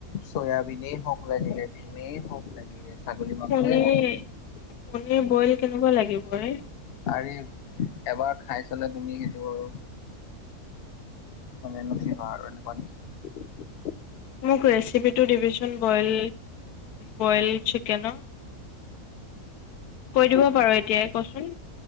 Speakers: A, on the left (about 60°); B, on the left (about 80°).
A: চয়াবিনে হওক। ভোক লাগিলে ধিমেই ভোক লাগিলে। ছাগলী মাংসই
B: পনীৰ
A: হওক
B: পনীৰ বইল কেনেকুৱা লাগিব ৰে।
A: আ এবাৰ খাই চালে তুমি সেইটো আৰু। ম ন ভিৰ আৰু।
B: মোক ৰেচিপিটো দিবিচোন বইল বইল চিকেনৰ। কৈ দিব পাৰো এতিয় কচোন।